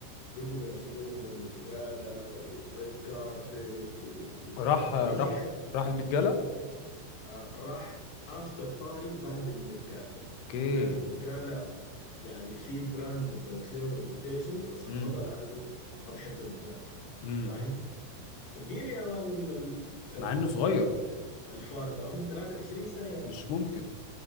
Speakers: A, on the left; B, on the left.
A: بقوا بيعزموه ومتقاله وريد كاربت و...
B: راح راح
A: واي حته
B: راح المتجله
A: آه، راح افتر باري بعد المتقالة
B: اوكي
A: قال المتقالة يعني في براند قدمت له انفيتيشن بس رفضها
B: امم
A: لانه ما بحب البراند
B: امم
A: فاهم تقيل يا مان ال ال
B: مع انه
A: ال
B: صغير
A: ال الفار ده عمره 23 سنة يا مان.
B: مش ممكن